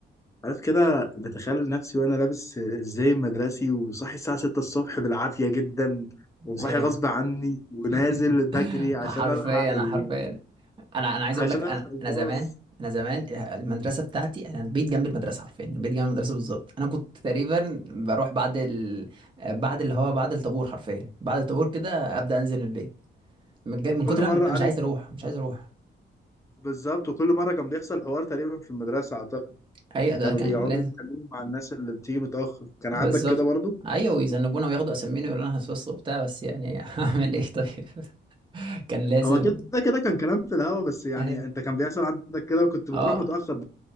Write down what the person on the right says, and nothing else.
ايوه
<laughs>
حرفيا
حرفيا انا انا عايز
اقول لك انا
انا زمان انا زمان المدرسه بتاعتي انا البيت جنب المدرسه حرفيا البيت جنب المدرسه بالظبط انا كنت تقريبا بروح بعد ال... بعد اللي هو بعد الطابور حرفيا بعد الطابور كده ابدا انزل البيت من, ج... من كتر
ما انا
مش عايز اروح مش عايز اروح
ايوه ده
كان
لازم
بالظبط
ايوه ويذنبونا وياخدوا اسامينا ويقولوا لنا هتفصل وبتاع بس يعني <laughs> اعمل ايه طيب <laughs> كان لازم
أيوة.
اه